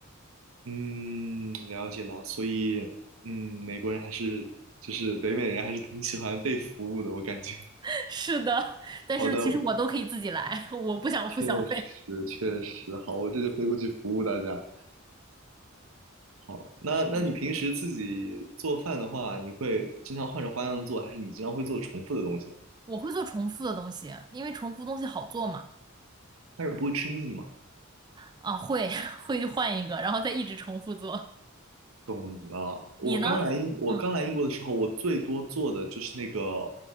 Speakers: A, on the right; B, on the right.
A: 嗯，了解了。所以，嗯，美国人还是就是北美人还是挺喜欢被服务的，我感觉。
B: <laughs> 是的，但是其实我都可以自己来，
A: 好的，
B: <laughs> 我不想付小费。
A: 确实确实，好，我这就飞过去服务大家。好，那那你平时自己做饭的话，
B: 是的，
A: 你会经常换着花样做，还是你经常会做重复的东西呢
B: 我会做重复的东西，因为重复东西好做嘛。
A: 但是不会吃腻吗？
B: 啊，会 <laughs> 会就换一个，然后再一直重复做。
A: 懂了。
B: 你呢？
A: 我刚来英，我刚来英国的时候，
B: 嗯，
A: 我最多做的就是那个，